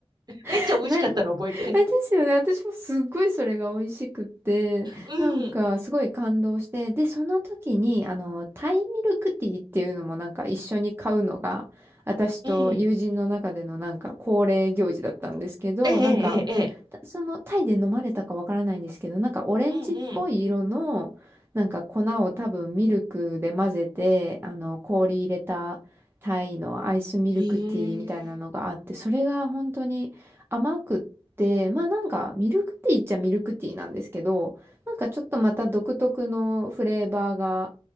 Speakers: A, on the right; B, on the right.
A: めっちゃ美味しかったの覚えてる。
B: <laughs> な、<laughs> え、ですよね。私もすっごいそれが美味しくって、
A: うん、
B: なんかすごい感動して、で、その時に、あの、タイミルクティーっていうのもなんか一緒に買うのが、私と友人の中でのなんか恒例行事だったんですけど、
A: うん。ええ、
B: なんか、
A: ええ、ええ。
B: たそのタイで飲まれたかわからないんですけど、なんかオレンジっぽい色の、
A: うんうん。
B: なんか粉を多分ミルクで混ぜて、あの、氷入れたタイのアイスミルクティーみたいなのがあって、
A: へえ。
B: それが本当に、甘くっで、まあなんかミルクティーっちゃミルクティーなんですけど、なんかちょっとまた独特のフレーバーが、